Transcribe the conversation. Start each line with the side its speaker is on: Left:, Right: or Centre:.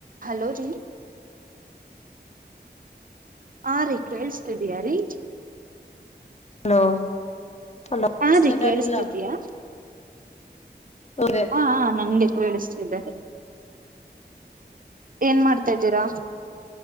Right: Hello ರೀ. <inaudible> ಹಾ ರೀ ಕೇಳಸ್ತಿದಿಯಾ ರೀ. <inaudible>
Left: ಹಲೋ. <unintelligible> ಹಲೋ
Right: ಹಾ ರೀ
Left: ಸದಾ
Right: ಕೇಳಿಸ್ತಿದೀಯಾ
Left: ಇಲ್ಲ ಅದೇ
Right: ಹಾ ಹಾ ನಂಗೆ ಕೇಳಿಸ್ <inaudible> ಇದೆ. <unintelligible> ಏನ್ ಮಾಡ್ತಾ ಇದ್ದೀರಾ. <inaudible>